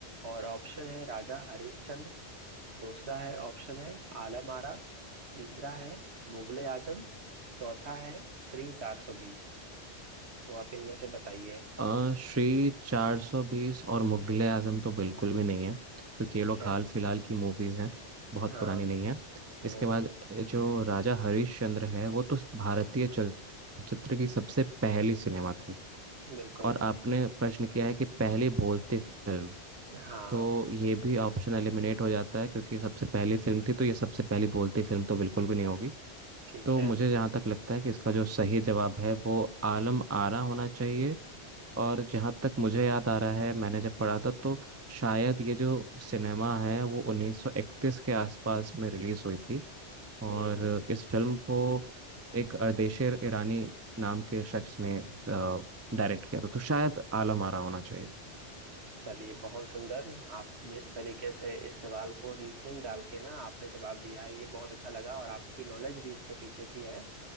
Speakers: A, on the right (about 65°); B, on the right (about 15°).
A: और ऑप्शन है राजा हरिश्चंद्र दूसरा है ऑप्शन है आलम आरा तीसरा है मुगले आजम चौथा है श्री 420 तो आप इनमें से बताइए
B: अ, श्री 420 और मुगले आजम तो बिल्कुल भी नहीं है क्योंकि
A: ठीक
B: ये लोग
A: है
B: हाल फिलहाल की मूवीज़ हैं बहुत
A: हाँ
B: पुरानी नहीं है
A: हम्म
B: इसके बाद जो राजा हरिश्चंद्र है वो तो भारतीय चलचित्र की सबसे पहली सिनेमा थी
A: बिल्कुल
B: और आपने प्रश्न किया है कि पहली बोलती फिल्म
A: हाँ
B: तो ये भी ऑप्शन एलिमिनेट हो जाता है क्योंकि सबसे पहली फिल्म थी तो ये सबसे पहली बोलती फिल्म तो बिल्कुल भी नहीं होगी
A: ठीक
B: तो
A: है
B: मुझे जहाँ तक लगता है कि इसका जो सही जवाब है वो आलम आरा होना चाहिए और जहाँ तक मुझे याद आ रहा है मैंने जब पढ़ा था तो शायद ये जो सिनेमा है वो 1931 के आसपास में रिलीज हुई थी और
A: हम्म
B: इस फिल्म को एक अर्देशीर ईरानी नाम के शख्स ने डायरेक्ट किया था तो शायद आलम आरा होना चाहिए
A: चलिए बहुत सुंदर आप जिस तरीके से इस सवाल को रीजनिंग डाल के ना आपने जवाब दिया है ये बहुत अच्छा लगा और आपकी नॉलेज भी इसके पीछे की है